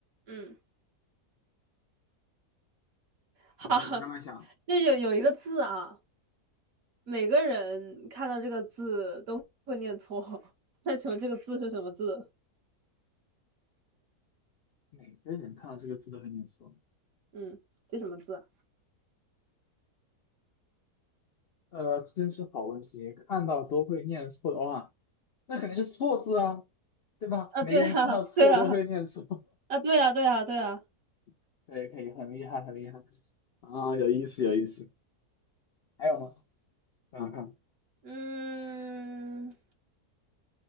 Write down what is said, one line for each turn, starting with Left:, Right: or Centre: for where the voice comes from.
Right: 嗯，好，
Left: 你你慢慢想，
Right: <laughs> 就有有一个字啊，每个人看到这个字都会念错。<laughs> 那请问这个字是什么字？
Left: 每个人看到这个字都会念错。
Right: 嗯，这什么字
Left: 呃，真是好问题，看到都会念错的话，那肯定是错字啊，对吧？
Right: 啊，
Left: 每个人看到错都会念错，
Right: 啊对啊，<laughs> 对啊，啊，对啊，对啊，对啊，
Left: <laughs> 可以可以，很厉害很厉害。啊，有意思，有意思。还有吗？想想看，
Right: 嗯